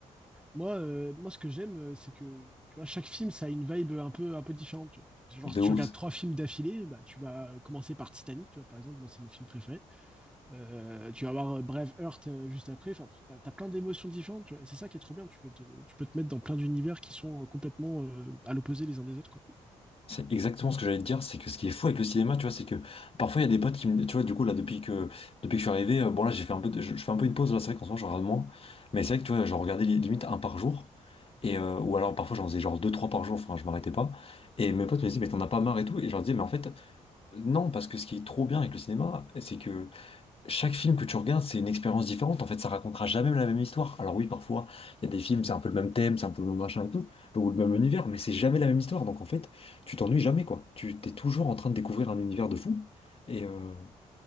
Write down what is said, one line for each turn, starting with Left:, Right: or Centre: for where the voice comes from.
Centre: Moi, euh, moi, ce que j'aime, euh, c'est que tu vois, chaque film, ça a une vibe un peu, un peu différente. Tu vois. Genre,
Left: de
Centre: si tu
Left: ouf
Centre: regardes trois films d'affilée, bah, tu vas commencer par Titanic, tu vois, par exemple. Moi, c'est mon film préféré. Euh, tu vas avoir Braveheart euh, juste après. Enfin, t'as as, plein d'émotions différentes. tu vois. Et c'est ça qui est trop bien. Tu peux te, tu peux te mettre dans plein d'univers qui sont euh, complètement euh, à l'opposé les uns des autres. Quoi.
Left: C'est exactement ce que j'allais te dire, c'est que ce qui est fou avec le cinéma, tu vois, c'est que parfois il y a des potes qui me... Tu vois, du coup, là, depuis que, depuis que je suis arrivé, euh, bon, là, j'ai fait un peu de- je, je fais un peu une pause, là, c'est vrai qu'en ce moment, je regarde moins, mais c'est vrai que, tu vois, je regardais li- limite un par jour, et, euh, ou alors parfois, j'en faisais genre deux, trois par jour, enfin, je m'arrêtais pas, et mes potes me disaient, mais t'en as pas marre et tout, et je leur disais, mais en fait, euh, non, parce que ce qui est trop bien avec le cinéma, c'est que chaque film que tu regardes, c'est une expérience différente. En fait, ça racontera jamais la même histoire. Alors oui, parfois, il y a des films, c'est un peu le même thème, c'est un peu le même machin et tout, ou le même univers, mais c'est jamais la même histoire. Donc en fait, tu t'ennuies jamais, quoi. Tu t'es toujours en train de découvrir un univers de fou. Et, euh,